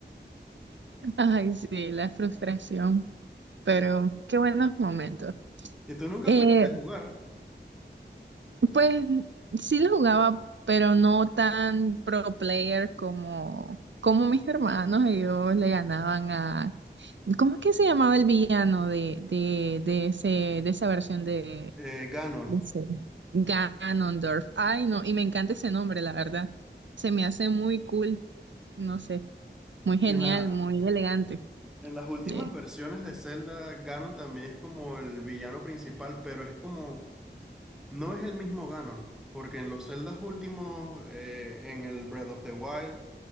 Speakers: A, on the right; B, in the centre.
A: Ay, sí, la frustración, pero qué buenos momentos.
B: Y tú nunca
A: Eh,
B: fuiste de jugar
A: Pues sí lo jugaba, pero no tan pro player como, como mis hermanos. Ellos le ganaban a... ¿Cómo es que se llamaba el villano de, de, de ese, de esa versión de,
B: eh, Ganon.
A: de ese Ganondorf? Ay, no, y me encanta ese nombre, la verdad. Se me hace muy cool, no sé, muy genial,
B: En la-
A: muy elegante.
B: en las últimas
A: De...
B: versiones de Zelda, Ganon también es como el villano principal, pero es como, no es el mismo Ganon, porque en los Zeldas últimos, eh, en el Breath of the Wild,